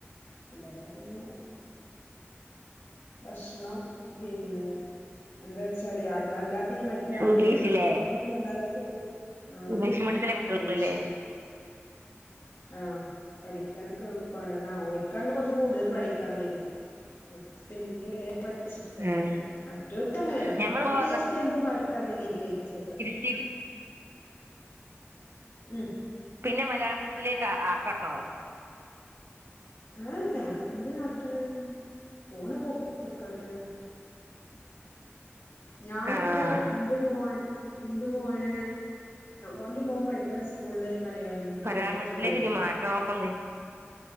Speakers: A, on the left; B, on the right.
A: അല്ലാതപിന്നെ ഭക്ഷണം പിന്നെ എന്താ വെച്ചാല് അടു അല്ലാത്ത മറ്റ അൺ
B: ഇംഗ്ലീഷിലേ
A: എയ്ഡഡ് സ്കൂള എന്താ ന്തുവെച്ച ആഹ്
B: ഇംഗ്ലീഷ് മീഡിയത്തിലെ കുട്ടികളില്ലേ
A: ഇംഗ്ലീഷ് ആഹ് പഠിക്കാനൊക്കെഎളുപ്പമാണ് ഓൽക്കാണല്ലോ കുറച്ച് കൂടുതൽ പഠിക്കാൻ വരി സ്പെല്ലിങ്‌ വരെ പൈസ കൊടുക്കേണ്ടിവരുല്ലോ
B: ആഹ്
A: മറ്റവർക്ക് അങ്ങനെയല്ല
B: ഞമ്മളിപ്പോ
A: ജി എസ് ടി എന്തും ആൾക്കാരുടെ രീതി എഴുതി ചേർക്ക
B: ഇത്
A: ഉം
B: പിന്നെ മലയാളമീഡിയത്തിലേക്ക് ആക്കാം ട്ടോ
A: ഏഹ് എന്തിനആക്കണ് പോണ പോ പോയ്ക്കട്ടെ ഞാനിപ്പോ
B: ആഹ്
A: ന്റെ എന്റെ മോൻ എന്റെ മോന ഓന്റെ മോൻ പഠിക്കണ സ്കൂളില് മലയാളം മീഡിയം
B: മലയാളം
A: മാത്രം
B: മീഡിയത്തിലേക്ക്
A: ഉള്ളായിരുന്നു
B: ഇനി <unintelligible>